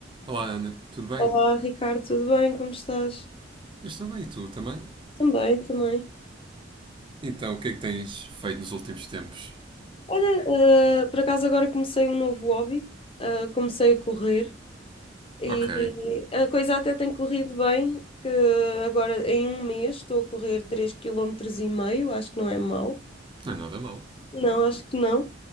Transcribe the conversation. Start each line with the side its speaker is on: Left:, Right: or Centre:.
Right: Olá Ana, tudo bem?
Left: Olá, Ricardo, tudo bem? Como estás?
Right: Eu estou bem e tu também?
Left: Também, também.
Right: Então, o que é que tens feito nos últimos tempos?
Left: Olha, eh, por acaso agora comecei um novo hobby, eh, comecei a correr e
Right: Ok,
Left: a coisa até tem corrido bem, que agora em um mês estou a correr 3,5 km, acho que não é mau.
Right: não é nada mal.
Left: Não, acho que não.